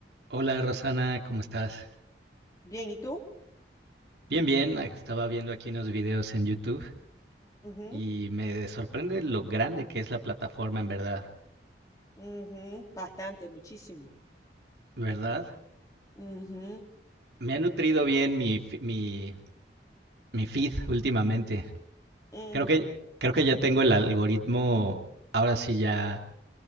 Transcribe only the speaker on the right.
Hola Rosana, ¿cómo estás?
Bien, bien, ah, estaba viendo aquí unos videos en YouTube
y me sorprende lo grande que es la plataforma en verdad,
¿verdad?
Me ha nutrido bien mi, fi- mi, mi feed últimamente.
Creo que, creo que ya tengo el algoritmo, ahora sí ya,